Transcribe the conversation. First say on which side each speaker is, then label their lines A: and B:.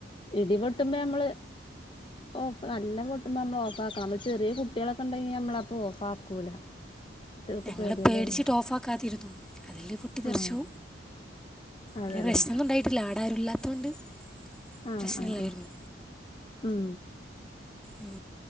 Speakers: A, on the left (about 25°); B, in the centre.
A: ഇടിപൊട്ടുമ്പോ ഞമ്മള് ഓഫ് നല്ലം പൊട്ടുമ്പോ അമ്മള് ഓഫാക്കണം നമ്മൾ ചെറിയ കുട്ട്യാളൊക്കെ ഇണ്ടെങ്കിൽ നമ്മളപ്പൊ ഓഫ് ആക്കൂല കുട്ടികൾക്ക്
B: ഞങ്ങള്
A: പേടിയല്ലേ
B: പേടിച്ചിട്ട്
A: ഇല്ലാതെ
B: ഓഫ് ആക്കാതിരുന്നു അതില് പൊട്ടി തെറിച്ചു
A: ആഹ് അതെല്ലേ
B: വലിയ പ്രശ്നൊന്നും ഉണ്ടായിട്ടില്ല ആടാരുല്ലാതോണ്ട്
A: ആഹ്
B: പ്രശ്നല്ലായിരുന്നു
A: ആഹ് ആഹ് ഉം
B: ഉം